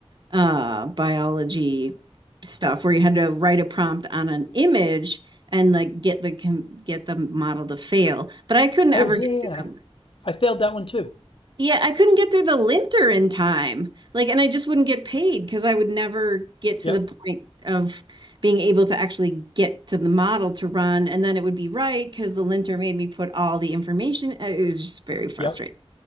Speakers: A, on the right; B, on the left.
A: uh, biology stuff where you had to write a prompt on an image and like get the com- get the model to fail. But I couldn't
B: Oh
A: ever
B: yeah.
A: get through the
B: I failed that one too.
A: yeah, I couldn't get through the linter in time. Like, and I just wouldn't get paid because I would never get to
B: Yep.
A: the point of being able to actually get to the model to run, and then it would be right because the linter made me put all the information. uh, It was just very frustrating.
B: Yep.